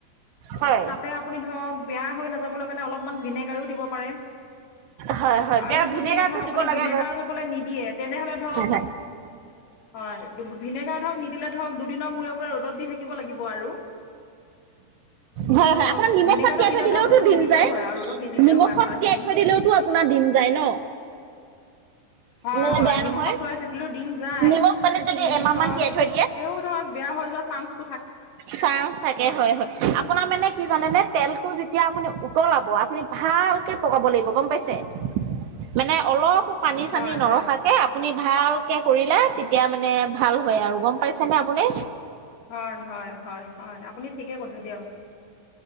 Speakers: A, on the right; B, on the left.
A: হয়
B: তাতে আপুনি ধৰক বেয়া হৈ নাযাবৰ কাৰণে অলপমান ভিনেগাৰো দিব পাৰে।
A: হয় হয়
B: আৰু
A: বেয়া
B: যদি
A: ভিনেগাৰটো
B: ধৰক আপুনি
A: দিব লাগে
B: ভিনেগাৰজো
A: বাৰু
B: বোলে নিদিয়ে তেনেহলে ধৰক
A: হয়
B: হয় ভিনেগাৰ ধৰক নিদিলে ধৰক দুদিনৰ মূৰে মূৰে ৰ'দত দি থাকিব লাগিব আৰু তেতিয়া
A: হয় হয়
B: ধৰক
A: হয় আপোনাৰ নিমখত তিয়াই
B: দিলে ধৰক
A: থৈ দিলেওতো
B: ৰ'দ
A: দিম
B: নিদিলেও
A: যায়
B: হয় আৰু ৰ'দত নিদিলেও
A: নিমখত
B: হয় আচাৰখিনি।
A: তিয়াই থৈ
B: <inaudible>
A: দিলেওতো আপোনাৰ দিম যায় ন
B: হয়,
A: মানে
B: হয়,
A: বেয়া
B: নিমখত
A: নহয়
B: ভৰাই থৈ দিলো দিন যায়
A: নিমখ পানীত যদি
B: কিন্তু
A: এমাহ
B: ধৰক
A: মান তিয়াই থৈ
B: তেও ধৰক বেয়া হৈযো চা
A: চাঞ্চ থাকে হয়, হয়, আপোনাৰ মানে কি জানেনে তেলটো যেতিয়া আপুনি উতলাব আপুনি ভালকে পকাব লাগিব গম পাইছে মানে অলপ পানী
B: হয়
A: চানী নৰখাকে
B: হয়
A: আপুনি ভাল কৰিলে তেতিয়া মানে ভাল হয় আৰু গম পাইছে নে আপুনি?
B: হয়, হয়, হয়, হয় আপুনি ঠিকে কৈছে দিয়ক।